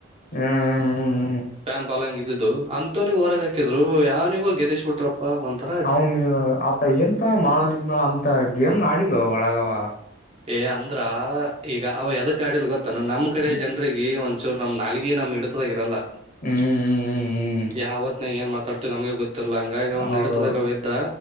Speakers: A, on the left (about 45°); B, on the right (about 30°).
A: ಹ್ಮ ಹಾ ಹ್ಮ್ ಹ,
B: ಪ್ಯಾನ್ ಪಾಲೋವಿಂಗ್ ಇದಿದ್ದು ಅಂತವ್ನಿಗೆ ಹೊರಗ ಹಾಕಿದ್ರು ಯಾವಿಗೋ ಗೆದೇಶ್ ಬಿಟ್ರಪ್ಪಾ. ಒಥರ,
A: ಅವನ್ ಆತ ಎಂತ ಮಾಳು ನಿಬ್ನಾಳ ಅಂತ ಗೇಮ್ನ ಆಡಿಲ್ ಒಳಗ್ ಅವ.
B: ಏ ಅಂದ್ರ ಈಗ ಅವ ಎದಕ್ ಆಡಿಲ್ಲಾ ಗೊತ್ತಾನೋ ನಮ್ ಕಡೆ
A: ಹ್ಮ್
B: ಜನ ರಿಗಿ ಒಂದ್ಚೂರು ನಮ್ ನಾಲಿಗೆ ನಮ್ ಹಿಡತದಾಗ ಇರಲ್ಲ.
A: ಹ್ಮ್. ಹ್ಮ್
B: ಯಾವ ಹೊತ್ನಗ ಏನ್ ಮಾತಾಡ್ತಿವಿ ನಮಗೆ ಗೊತ್ತಿಲ್ ಹಂಗಾಗಿ ಅವ್ನು
A: ಹೌದೌದು
B: ಇಡ್ತದಾಗ ಅವ್ ಇದ್ದ.